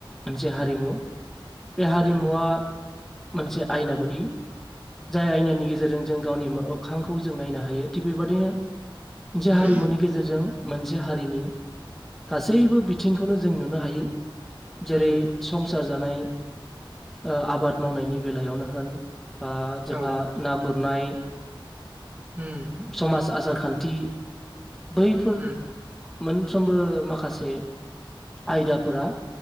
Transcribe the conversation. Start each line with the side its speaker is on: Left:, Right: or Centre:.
Centre: मोनसे हारिमु बे हारिमुवा
Right: उम
Centre: मोनसे आयना बायदि जाय आयनानि गेजेरजों जों गावनि मोखांखौ जों नायनो हायो थिग बेबायदिनो मोनसे
Right: उम
Centre: हारिमुनि गेजेरजों मोनसे हारिनि गासैबो बिथिंखौनो जों नुनो हायो जेरै
Right: उम
Centre: संसार जानाय आबाद मावनायनि बेलायावनो होन बा जोंहा
Right: औ
Centre: ना गुरनाय
Right: उम
Centre: समाज आसार खान्थि बैफोर
Right: उम
Centre: मोन फ्रोमबो माखासे आयदाफोरा